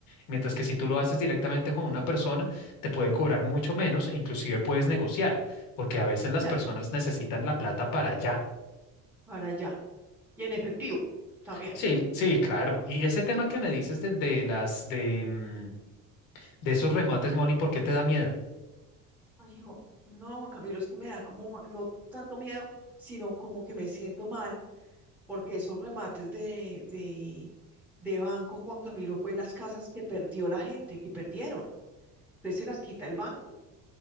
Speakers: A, on the left; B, in the centre.
A: Mientras que si tú lo haces directamente con una persona, te puede cobrar mucho menos e inclusive puedes negociar, porque a veces las
B: claro,
A: personas necesitan la plata para allá.
B: para allá. Y en efectivo, también.
A: Sí, sí, claro. Y ese tema que me dices del de las de, mm, de esos remates, Moni, ¿por qué te da miedo?
B: Ay, hijo, no, Juan Camilo, es que me da como, ma- no tanto miedo, sino como que me siento mal, porque esos remates de, de, de banco, Juan Camilo, fue las casas que perdió la gente, que perdieron. Entonces se las quita el banco.